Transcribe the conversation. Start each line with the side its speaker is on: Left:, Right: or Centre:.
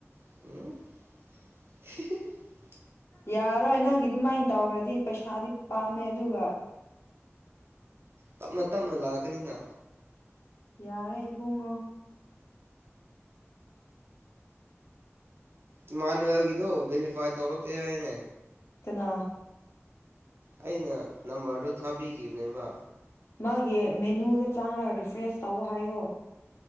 Right: <unintelligible>
Left: ꯌꯥꯔꯣꯏ ꯅꯪꯒꯤ ꯑꯗꯨꯃꯥꯏꯅ ꯇꯧꯔꯗꯤ ꯄꯩꯁꯥꯗꯤ ꯄꯥꯝꯃꯦ ꯑꯗꯨꯒꯥ
Right: ꯇꯞꯅꯥ ꯇꯞꯅꯥ ꯂꯥꯛꯀꯅꯤꯅꯥ
Left: ꯌꯥꯔꯦ ꯏꯕꯨꯡꯉꯣ
Right: ꯏꯃꯥꯟꯅꯕꯒꯤꯗꫭ ꯚꯦꯔꯤꯐꯥꯏ ꯇꯧꯔꯛꯇꯦ ꯍꯥꯏꯅꯦ
Left: ꯀꯅꯥ
Right: ꯑꯩꯅ ꯅꯝꯕꯔꯗꫭ ꯊꯥꯕꯤꯈꯤꯕꯅꯦꯕꯥ
Left: ꯃꯥꯒꯤ ꯃꯦꯅꯨꯗꯥ ꯆꯪꯉꯒ ꯔꯤꯐ꯭ꯔꯦꯁ ꯇꯧ ꯍꯥꯏꯌꯣ